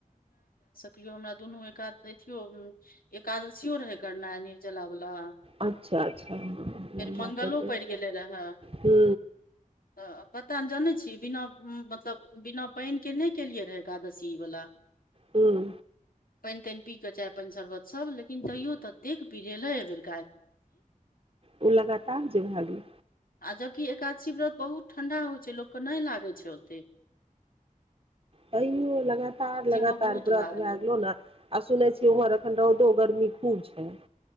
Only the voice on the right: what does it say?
अच्छा अच्छा ह
कर
हू
ह्म
ओ लगातार जे भै गैले
तैयो लगातार लगातार
व्रत
भए गेलो ने आ सुनै छियै उम्हर एखन रौदो गर्मी खूब छै